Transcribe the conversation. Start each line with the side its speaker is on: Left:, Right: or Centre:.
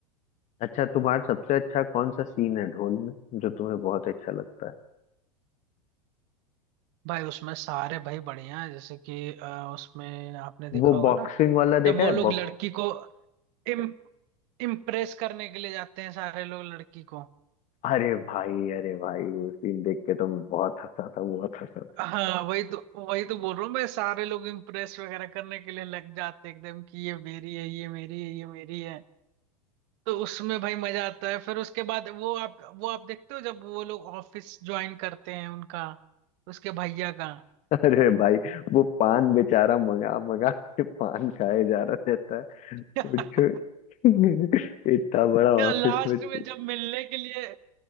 Left: अच्छा तुम्हारा सबसे अच्छा कौन सा सीन है ढोल में जो तुम्हें बहुत अच्छा लगता है
Right: भाई उसमें सारे भाई बढ़िया है जैसे कि अ, उसमें आपने देखा
Left: वो
Right: होगा
Left: बॉक्सिंग
Right: ना
Left: वाला
Right: जब
Left: देखा
Right: वो
Left: है
Right: लोग
Left: बॉक्स
Right: लड़की को इम, इम्प्रेस करने के लिए जाते हैं सारे लोग लड़की को
Left: अरे भाई अरे भाई वो सीन देख के तो मैं बहुत हंसा था बहुत हंसा
Right: हाँ वही तो वही तो बोल रहा हूँ मैं सारे लोग इम्प्रेस वगैरह करने के लिए लग जाते हैं एकदम कि ये मेरी है ये मेरी है ये मेरी है तो उसमें भाई मजा आता है फिर उसके बाद वो आप वो आप देखते हो जब वो लोग ऑफिस ज्वाइन करते हैं उनका उसके भैया का
Left: था <laughs> अरे भाई वो पान बेचारा मंगा मंगा के पान खाए जा रहा रहता है
Right: <laughs>
Left: वो जो- <laughs> इतना बड़ा
Right: या
Left: ऑफिस
Right: लास्ट
Left: में ची-
Right: में जब मिलने के लिए